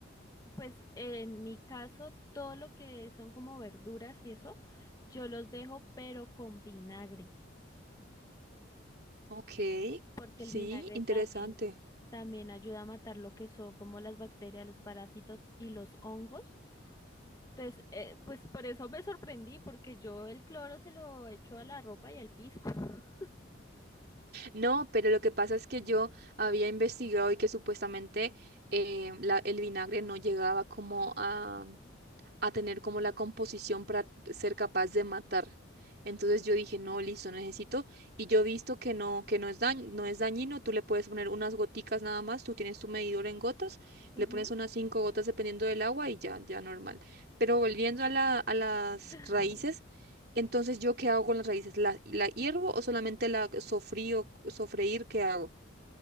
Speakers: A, on the left (about 20°); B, on the right (about 50°).
A: pues en mi caso todo lo que son como verduras y eso, yo los dejo pero con vinagre,
B: Ok,
A: porque
B: sí,
A: el vinagre
B: interesante.
A: también, también ayuda a matar lo que son como las bacterias, los parásitos y los hongos. Entonces, eh, pues por eso me sorprendí, porque yo el cloro se lo echo a la ropa y al piso. <laughs>
B: No, pero lo que pasa es que yo había investigado y que supuestamente eh, la- el vinagre no llegaba como a a tener como la composición para ser capaz de matar. Entonces yo dije, no, listo, necesito. Y yo he visto que no, que no es dañ- no es dañino, tú le puedes poner unas goticas nada más, tú tienes tu medidor en gotas,
A: Ujú.
B: le pones unas cinco gotas dependiendo del agua y ya, ya normal. Pero volviendo a la, a las
A: <laughs>
B: raíces, entonces yo qué hago con las raíces, ¿la, la hiervo o solamente la sofrío, sofreír, qué hago?